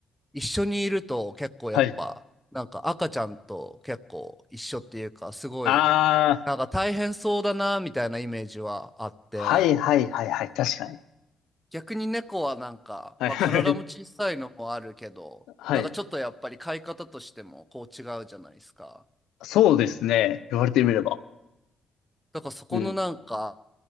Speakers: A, in the centre; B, on the left.
A: 一緒にいると結構やっぱなんか赤ちゃんと結構一緒っていうかすごい
B: はい。あー。
A: なんか大変そうだなみたいなイメージはあって、
B: はい、はい、はい、はい。確かに。
A: 逆に猫はなんか、
B: はい、
A: まあ体も小さいのもあるけど、
B: はい、はい。
A: なんかちょっとやっぱり飼い方としてもこう違うじゃないですか。
B: そうですね。言われてみれば。
A: だからそこのなんか、
B: うん。